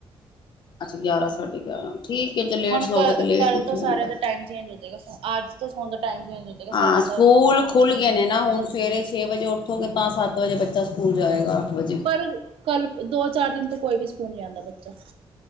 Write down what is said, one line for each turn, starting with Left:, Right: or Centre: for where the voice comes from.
Left: ਅੱਛਾ ਗਿਆਰਾਂ ਸਾਢੇ ਗਿਆਰਾਂ ਠੀਕ ਹੈ ਜੇ ਲੇਟ
Right: ਹੁਣ
Left: ਸੋ
Right: ਕ
Left: ਗਏ ਤੇ ਲੇਟ
Right: ਕੱਲ੍ਹ
Left: ਹੀ ਉੱਠਿਆ
Right: ਤੋਂ ਸਾਰਿਆਂ
Left: ਜਾਂਦਾ
Right: ਦਾ ਟਾਈਮ ਚੇਂਜ ਹੋ ਜਾਏਗਾ ਅੱਜ ਤੋਂ ਸੋਣ ਦਾ ਟਾਈਮ ਚੇਂਜ ਹੋ ਜਾਏਗਾ ਸਾਰਿਆਂ
Left: ਹਾਂ ਸਕੂਲ
Right: ਦਾ
Left: ਖੁੱਲ ਗਏ ਨੇ ਨਾ ਹੁਣ ਸਵੇਰੇ ਛੇ ਵਜੇ ਉੱਠ ਉੱਥੋਂਗੇ ਤਾਂ ਸੱਤ ਵਜੇ ਬੱਚਾ ਸਕੂਲ ਜਾਏਗਾ ਵਜੇ
Right: ਪਰ ਕੱਲ ਦੋ ਚਾਰ ਦਿਨ ਤੋਂ ਕੋਈ ਵੀ ਸਕੂਲ ਨਹੀਂ ਆਉਂਦਾ ਬੱਚਾ